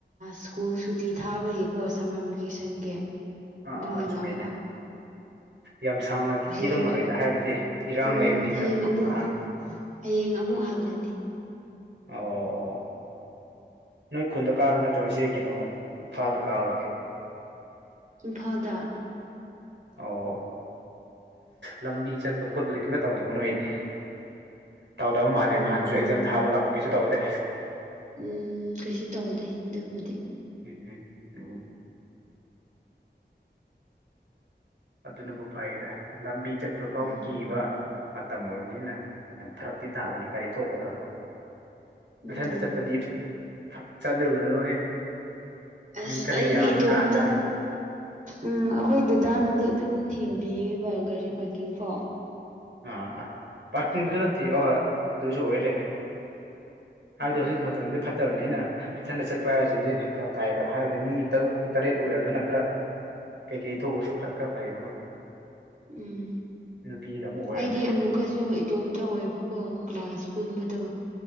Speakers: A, on the right (about 45°); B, on the right (about 80°).
A: ꯁ꯭ꯀꯨꯜ ꯁꯨꯇꯤ ꯊꯥꯕꯒꯤꯀꯣ ꯁꯝꯃꯔ ꯚꯦꯀꯦꯁꯟꯒꯤ
B: ꯑꯥ
A: ꯑꯗꯨꯒꯤ
B: ꯑꯥ ꯆꯨꯝꯃꯦꯅꯦ
A: ꯂꯥꯛꯄ
B: ꯌꯥꯝ ꯁꯥꯡꯅꯗꯤ
A: ꯍꯌꯦꯡ
B: ꯄꯤꯔꯝꯃꯔꯣꯏꯗ ꯍꯥꯏꯕꯗꯤ ꯏꯔꯥꯡ
A: ꯎꯝ
B: ꯂꯩꯕꯅꯤꯅ
A: ꯍꯌꯦꯡ
B: ꯉꯥꯍꯟ
A: ꯑꯃꯨꯛ ꯍꯌꯦꯡ ꯑꯃꯨꯛ ꯍꯜꯂꯅꯤ
B: ꯑꯣ ꯑꯣ ꯅꯣꯏ ꯈꯨꯟꯗ ꯀꯥꯕꯔꯥ ꯅꯠꯇ꯭ꯔꯒ ꯁꯤ ꯀꯩꯅꯣ ꯏꯝꯐꯥꯜꯗ ꯀꯥꯕꯒꯤ
A: ꯏꯝꯐꯥꯜꯗ
B: ꯑꯣ ꯂꯝꯕꯤ ꯆꯠꯄ ꯈꯣꯠꯄꯗꯤ ꯀꯩꯝꯇ ꯇꯧꯗꯦꯀꯣ ꯅꯣꯏꯗꯤ ꯇꯧꯗꯕ ꯃꯥꯜꯂꯦ
A: ꯎꯝ
B: ꯅꯍꯥꯟꯁꯨ ꯑꯦꯛꯖꯥꯝ ꯊꯥꯕ ꯂꯥꯛꯄꯒꯤꯁꯨ ꯇꯧꯗꯦ
A: ꯎꯝ ꯀꯩꯁꯨ ꯇꯧꯗꯦ ꯑꯗꯨꯕꯨꯗꯤ
B: ꯎꯝ ꯎꯝ ꯎꯝ ꯑꯗꯨꯅꯕꯨ ꯐꯩꯗ ꯂꯝꯕꯤ ꯆꯠꯄ ꯐꯥꯎ
A: ꯎꯝ
B: ꯀꯤꯕ ꯃꯇꯝ ꯑꯣꯏꯕꯅꯤꯅ ꯌꯥꯝ ꯐꯔꯛꯇꯤ ꯇꯥꯕꯅꯦ ꯀꯔꯤ ꯊꯣꯛꯀꯗ꯭ꯔꯀꯣ
A: ꯎꯝ
B: ꯃꯊꯟꯇ ꯆꯠꯄꯗꯤ ꯈꯛ ꯆꯠꯂꯨꯔꯅꯨꯍꯦ
A: ꯑꯁ
B: ꯃꯤ ꯈꯔ
A: ꯑꯩꯗꯤ
B: ꯌꯥꯝꯃꯀꯥꯟꯗ
A: ꯏꯇꯣꯝꯇ ꯎꯝ ꯈꯣꯏ ꯗꯥꯗꯅꯗꯤ ꯑꯗꯨꯝ ꯊꯤꯟꯕꯌꯦꯕ ꯒꯥꯔꯤ ꯄꯥꯔꯀꯤꯡꯐꯥꯎ
B: ꯑꯥ ꯄꯥꯔꯀꯤꯡꯗꯨꯗ ꯅꯠꯇꯦ ꯑꯍꯣꯏ ꯑꯗꯨꯁꯨ ꯑꯣꯏꯔꯦ
A: ꯎꯝ
B: ꯍꯥꯏꯕꯗꯤ ꯍꯧꯖꯤꯛ ꯃꯇꯝꯁꯦ ꯐꯠ ꯠꯇꯕꯅꯤꯅ ꯏꯊꯟꯗ ꯆꯠꯄ ꯍꯥꯏꯕꯁꯤꯗꯤ ꯐꯔꯛ ꯇꯥꯏꯌꯦꯕ ꯍꯥꯏꯕꯗꯤ ꯃꯤ ꯇꯔꯨꯛ ꯇꯔꯦꯠ ꯑꯣꯏꯔꯒꯅ ꯈꯔ ꯀꯩꯀꯩ ꯊꯣꯛꯑꯁꯨ ꯈꯔ ꯐꯩꯌꯦꯕꯀꯣ
A: ꯎꯝ
B: ꯅꯨꯄꯤꯒ ꯑꯃ ꯑꯣꯏꯕꯅꯦ
A: ꯑꯩꯗꯤ ꯑꯃꯨꯛꯀꯁꯨ ꯏꯇꯣꯝꯇ ꯑꯣꯏꯕꯀꯣ ꯀ꯭ꯂꯥꯁ ꯄꯨꯅꯕꯗꯣ